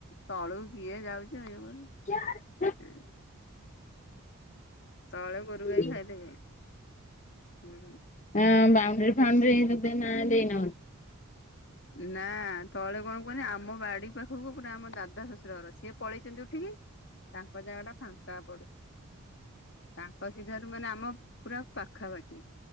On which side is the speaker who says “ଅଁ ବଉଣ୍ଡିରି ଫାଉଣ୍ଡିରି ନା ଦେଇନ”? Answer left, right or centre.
Left